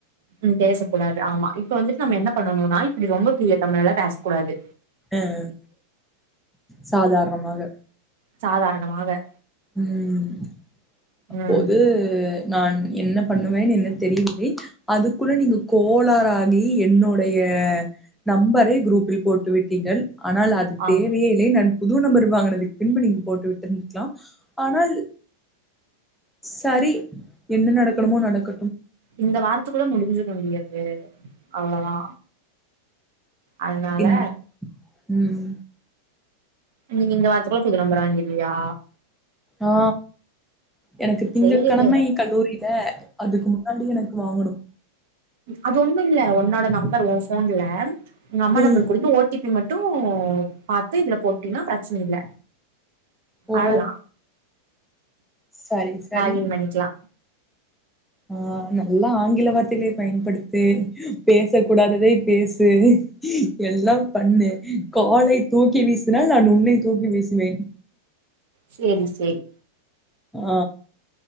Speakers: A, on the right (about 55°); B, in the centre.
A: ம் பேச குடாது ஆமா இப்ப வந்துட்டு நம்ம என்ன பண்ணனுனா இப்பிடி ரொம்ப தூய தமிழ்ல எல்லா பேச கூடாது
B: ம் சாதாரணமாக
A: சாதாரணமாக
B: ம் அப்போது
A: ம்
B: நான் என்ன பண்ணுவேன் என்னு தெரியவில்லை அதுக்குள்ள நீங்க கோளாறாகி என்னோட ய நம்பரை குரூப்பில் போட்டுவிட்டிங்கள் ஆனால் அது
A: ஆமா
B: தேவையே இல்லை நான் புது நம்பர் வாங்குனதுக்கு பின்பு நீங்க போட்டு விட்ருந்துக்கலாம் ஆனால் சரி என்ன நடக்கணுமோ நடக்க
A: இந்த வாரத்துக்குள்ள முடிஞ்சுருன்டி அது அவ்ளதா அதனால
B: இன் ம்
A: நீங்க இந்த வாரத்துக்குள்ள புது நம்பர் வாங்கிருவியா
B: ஆ எனக்கு திங்கட்
A: சேரிடு
B: கழமை கல்லூரி ல அதுக்கு முன்னாடி எனக்கு வாங்கணும்
A: அது ஒண்ணு இல்ல உன்னோட நம்பர் ஒ ஃபோன்ல உங்க அம்மா
B: ம்.
A: நம்பர் குடுத்து ஓ டி பி மட் ட்டு பாத்து இதுல போட்டினா பிரச்சனை இல்ல
B: ஓ
A: அவளதா
B: சரி சரி
A: லாகின் பண்ணிக்லா
B: ஆ நல்லா ஆங்கில வார்த்தைகளை பயன்படுத்து பேச கூடாததை பேசு எல்லாம் பண்ணு காலை தூக்கி வீசி னால் நான் உன்னை தூக்கி வீசுவேன்
A: செரி செரி
B: ஆ